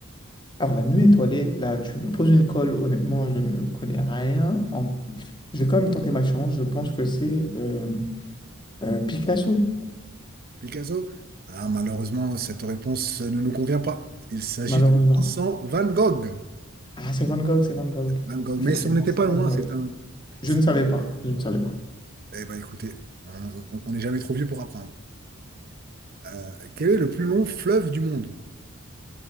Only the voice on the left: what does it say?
Alors, la nuit étoilée, là, tu me poses une colle, honnêtement, je ne connais rien. En- Je vais quand même tenter ma chance. Je pense que c'est euh, euh, Picasso,
malheureusement.
Ah, c'est Van Gogh, c'est Van Gogh.
Effectivement,
c'est
Van
Gogh.
Je
ne savais
pas. Je ne savais pas.